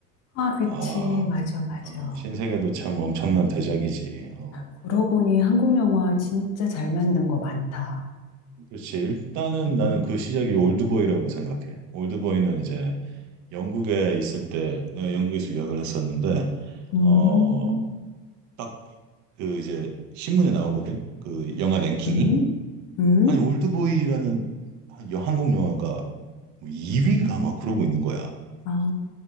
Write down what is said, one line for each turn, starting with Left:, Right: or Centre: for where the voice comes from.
Left: 아, 그치.
Right: 아,
Left: 맞아, 맞아.
Right: 어, 신세계도 참 엄청난 대작이지 어,
Left: 그러고 보니 한국 영화 진짜 잘 만든 거 많다.
Right: 그렇지 일단은
Left: 음.
Right: 나는 그 시작이 올드보이라고 생각해 올드보이는 이제 영국에 있을 때 내가 영국에서 유학을 했었는데
Left: 음,
Right: 어, 딱 그 이제 신문에 나오거든. 그 영화 랭킹이
Left: 음, 음.
Right: 아니 올드보이라는 한 여- 한국 영화가 2위인가 막 그러고 있는 거야.
Left: 아,